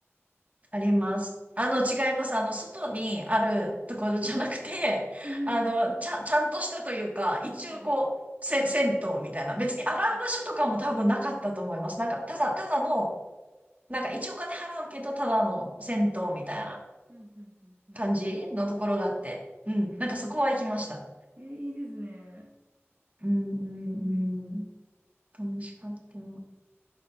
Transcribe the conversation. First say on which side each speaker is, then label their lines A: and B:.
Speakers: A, on the right; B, on the right.
A: あります。あの、違います。あの、外にあるところじゃなくて、
B: うん。うん。
A: <laughs> あの、ちゃ、ちゃんとしたというか、
B: <laughs>
A: 一応こう、
B: はい。
A: せ、銭湯みたいな。別に洗う場所とかも多分なかったと思います。
B: ええ。
A: なんか、ただ、ただの、なんか一応お金払うけど、ただの銭湯みたいな
B: うん、うん、うん、うん。
A: 感じのところがあって。
B: うん
A: うん。なんかそこは行きました。
B: えいいですね。
A: うん、うん、
B: うん
A: うん。楽しかった。